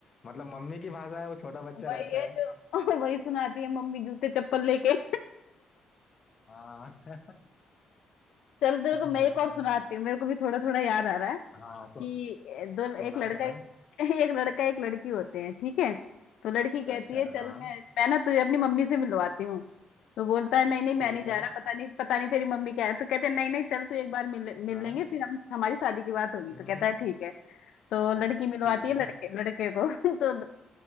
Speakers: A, on the left; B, on the left.
A: मतलब मम्मी की भाषा है वो छोटा बच्चा
B: वही
A: रहता
B: है
A: है
B: जो <laughs> वही सुनाती है मम्मी जूते चप्पल लेके
A: हाँ
B: <laughs> चल तेरे को
A: हाँ
B: मैं एक और सुनाती हूँ मेरे को भी थोड़ा थोड़ा याद आ रहा है
A: हाँ
B: कि
A: सु,
B: दो
A: सुना
B: एक लड़का
A: सुना
B: एक, <laughs> एक लड़का एक लड़की होते हैं ठीक है तो लड़की कहती
A: अच्छा
B: है चल
A: हाँ
B: मैं मैं ना तुझे अपनी मम्मी से मिलवाती हूँ तो बोलता है नहीं नहीं मैं
A: ठीक
B: नहीं जा
A: है
B: रहा पता नहीं पता नहीं तेरी मम्मी क्या है तो कहते हैं नहीं नहीं चल तू एक बार मिल मिल
A: हाँ
B: लेंगे फिर हम हमारी शादी की बात होगी
A: हम्म
B: तो कहता
A: हम्म,
B: है ठीक है तो
A: अच्छा,
B: लड़की मिलवाती
A: ठीक
B: है लड़के
A: है
B: लड़के को <laughs> तो ल-